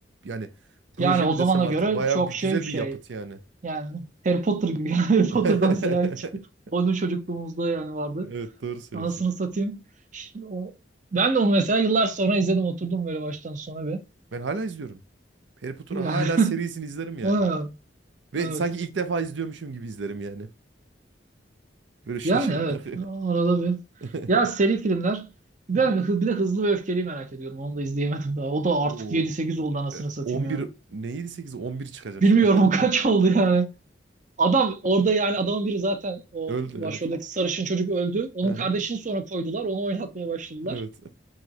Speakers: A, on the right; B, on the right.
A: yani proje
B: yani o
A: mi
B: zamana
A: desem artık
B: göre
A: bayağı
B: çok
A: bir
B: şey
A: güzel
B: bir şey.
A: bir yapıt yani.
B: Yani Harry Potter gibi. <laughs> Harry Potter'da
A: <laughs>
B: mesela hiç. O bizim çocukluğumuzda yani vardı.
A: Evet doğru söylüyorsun.
B: Anasını satayım. Ş- O, ben de onu mesela yıllar sonra izledim. Oturdum böyle baştan sona bir.
A: Ben hala izliyorum. Harry Potter'ı
B: Yani,
A: hala
B: <laughs>
A: serisini izlerim yani.
B: Ha,
A: Ve
B: evet.
A: sanki ilk defa izliyormuşum gibi izlerim yani. Böyle şaşırarak.
B: Yani evet. Arada bir.
A: <laughs>
B: Ya seri filmler. Ben
A: Hı hı.
B: hı- bir de Hızlı ve Öfkeli'yi merak ediyorum. Onu da izleyemedim daha. O da artık
A: Oo,
B: yedi sekiz
A: e,
B: oldu anasını satayım
A: 11
B: ya.
A: neydi 8 11 çıkacak
B: Bilmiyorum
A: şu an. <laughs>
B: o <laughs> kaç oldu yani. Adam orada yani adamın biri zaten o
A: Öldü
B: başroldeki
A: evet.
B: sarışın çocuk öldü. Onun
A: Aha,
B: kardeşini sonra koydular. Onu oynatmaya başladılar.
A: evet.